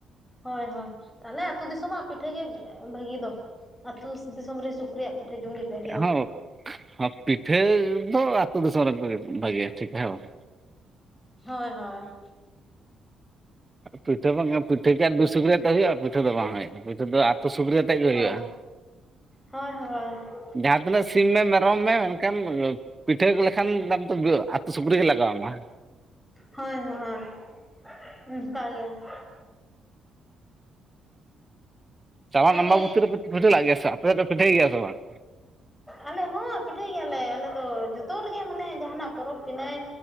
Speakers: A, in the centre; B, on the right (about 15°).
A: ᱦᱳᱭ ᱦᱳᱭ ᱛᱟᱦᱚᱞᱮ ᱟᱹᱛᱩ ᱫᱤᱥᱚᱢᱟᱜ ᱯᱤᱴᱷᱟᱹᱜ ᱜᱮ ᱵᱷᱟᱹᱜᱤ ᱫᱚ ᱾ ᱟᱹᱛᱩ ᱫᱤᱥᱚᱢ ᱨᱮᱱ ᱥᱩᱠᱨᱤᱭᱟᱜ ᱯᱤᱴᱷᱟᱹ ᱡᱚᱢ ᱜᱮ ᱵᱷᱟᱹᱜᱤ ᱫᱚ
B: ᱦᱚᱸ
A: ᱾
B: ᱦᱚᱸ ᱯᱤᱴᱷᱟᱹ ᱫᱚ ᱟᱹᱛᱩ ᱫᱤᱥᱚᱢ ᱨᱮᱱ ᱠᱚ ᱵᱷᱟᱹᱜᱤᱭᱟ ᱴᱷᱤᱠ ᱦᱮᱸ ᱵᱟᱝ ᱾
A: ᱦᱳᱭ ᱦᱳᱭ ᱾
B: ᱯᱤᱴᱷᱟᱹ ᱵᱟᱝ ᱯᱤᱴᱷᱟᱹ ᱠᱤ ᱵᱤᱨ ᱥᱩᱠᱨᱤ ᱟᱛᱮ ᱦᱤᱭᱩᱜ ᱟ ᱯᱤᱴᱷᱟᱹ ᱫᱚ ᱵᱟᱝ ᱦᱩᱭᱩᱜ ᱟ ᱯᱤᱴᱷᱟᱹ ᱫᱚ ᱟᱹᱛᱩ ᱥᱩᱠᱨᱤ ᱟᱛᱮ ᱜᱮ
A: ᱦᱳᱭ
B: ᱦᱩᱭᱩᱜ ᱟ ᱾
A: ᱦᱳᱭ ᱦᱳᱭ ᱾
B: ᱡᱟᱦᱟᱸ ᱛᱤᱱᱟᱹᱜ ᱥᱤᱢ ᱢᱮ ᱢᱮᱨᱚᱢ ᱢᱮ ᱢᱮᱱᱠᱷᱟᱱ ᱯᱤᱴᱷᱟᱹ ᱞᱮᱠᱷᱟᱱ ᱫᱚ ᱥᱩᱠᱨᱤ ᱜᱮ ᱞᱟᱜᱟᱣ ᱟᱢᱟ ᱾
A: ᱦᱳᱭ ᱦᱳᱭ ᱚᱱᱠᱟ. ᱜᱮ ᱾
B: ᱪᱟᱞᱟᱜ
A: ᱛᱟᱦᱚᱞᱮ
B: ᱟᱢᱟᱵᱚᱛᱤ ᱨᱮᱯᱮ ᱯᱤᱴᱷᱟᱹ ᱟᱜ ᱜᱮᱭᱟ ᱥᱮ ᱵᱟᱝ ᱟᱯᱮ ᱫᱚ ᱯᱮ ᱯᱤᱴᱷᱟᱹᱭ ᱜᱮᱭᱟ ᱥᱮ ᱵᱟᱝ?
A: ᱟᱞᱮ ᱦᱚᱸ ᱯᱤᱴᱷᱟᱹᱭ ᱜᱮᱭᱟᱞᱮ ᱟᱞᱮ ᱫᱚ ᱡᱚᱛᱚ ᱨᱮᱜᱮ ᱢᱟᱱᱮ ᱡᱟᱦᱟᱱᱟᱜ ᱯᱚᱨᱚᱵᱽ ᱯᱤᱱᱟᱹᱭ